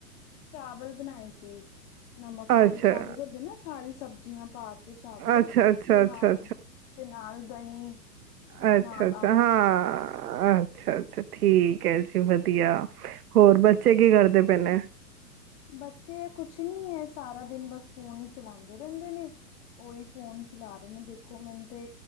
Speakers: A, on the left; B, on the right.
A: ਚਾਵਲ ਬਣਾਏ ਸੀ। ਨਮਕ ਵਾਲੇ
B: ਅੱਛਾ,
A: ਚਾਵਲ ਬਣਦੇ ਨਾ ਸਾਰੀ ਸਬਜ਼ੀਆਂ ਪਾ ਕੇ। ਚਾਵਲ
B: ਅੱਛਾ, ਅੱਛਾ,
A: ਤੇ
B: ਅੱਛਾ,
A: ਨਾਲ ਤੇ ਨਾਲ ਦਹੀਂ।
B: ਅੱਛਾ-ਅੱਛਾ
A: ਤੇ ਨਾਲ ਅੰਬ
B: ਹਾਂ। ਅੱਛਾ-ਅੱਛਾ ਠੀਕ ਹੈ ਜੀ ਵਧੀਆ ਹੋਰ ਬੱਚੇ ਕੀ ਕਰਦੇ ਪਏ ਨੇ।
A: ਬੱਚੇ ਆ ਕੁਛ ਨੀ ਹੈ ਸਾਰਾ ਦਿਨ ਬਸ ਫੋਨ ਹੀ ਚਲਾਉਂਦੇ ਰਹਿੰਦੇ ਨੇ ਉਹੀ ਫੋਨ ਚ। ਚਲਾ ਰਹੇ ਨੇ ਦੇਖੋ ਮੈਨੂੰ ਤੇ।